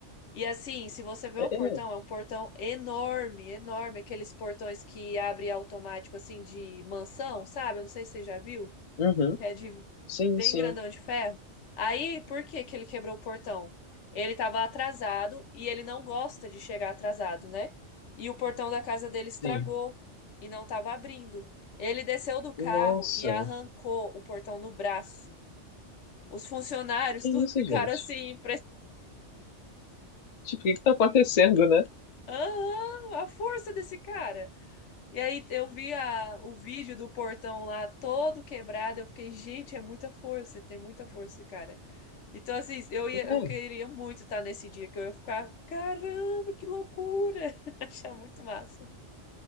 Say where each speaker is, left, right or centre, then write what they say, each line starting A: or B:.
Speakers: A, on the left; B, on the left.
A: E assim, se você vê
B: É,
A: o portão,
B: é.
A: é um portão enorme, enorme, aqueles portões que abre automático assim de mansão, sabe? Eu não sei se você já viu,
B: Uhum.
A: que é de
B: Sim,
A: bem
B: sim,
A: grandão de ferro. Aí, por que que ele quebrou o portão? Ele estava atrasado e ele não gosta de chegar atrasado, né? E o portão da casa dele estragou
B: sim.
A: e não estava abrindo. Ele desceu do carro
B: Nossa,
A: e arrancou o portão no braço. Os funcionários
B: que
A: <laughs> tudo
B: isso,
A: ficaram
B: gente?
A: assim
B: Tipo, o que que tá acontecendo, né?
A: Aham, a força desse cara. E aí eu vi a, o vídeo do portão lá todo quebrado. Eu fiquei, gente, é muita força, tem muita força esse cara. Então, assim, eu ia,
B: É,
A: eu queria muito estar nesse dia, que eu ia ficar, caramba, que loucura! <laughs> Achar muito massa.